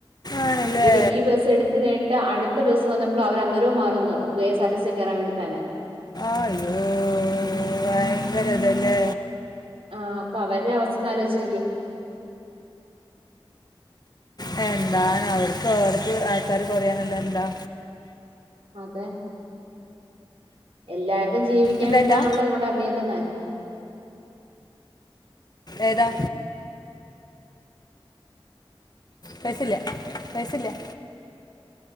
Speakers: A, on the left (about 45°); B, on the right (about 75°).
A: ആണല്ലേ
B: ഇവര് ഈ ബസ് എടുത്തു കഴഞ്ഞിട്ട് അടു ട്ത്ത ബസ് വന്നപ്പോളും അവര് അന്നേരോം മാറിനിന്നു K S R T C കേറാൻ വേണ്ടി തന്നെ
A: ആയ്യോ ഭയങ്കര ഇതല്ലേ
B: ആഹ് അപ്പൊ അവരുടെ അവസ്ഥൊന്നാലോചിച്ച് നോക്ക്യേ
A: ഉ എന്താണ് അവർ ഓർക്ക് ആൾക്കാര് കൊറയാന്ള്ളതെന്താ
B: അതെ എല്ലാർതും ജീവിക്കാൻ
A: എന്താട്ടാ
B: വേണ്ടിയിട്ടാണല്ലോ ഇതുകൊണ്ട് ഇറങ്ങിയേക്കുന്ന
A: ഏതാ പൈസല്ല്യാ പൈസല്ല്യാ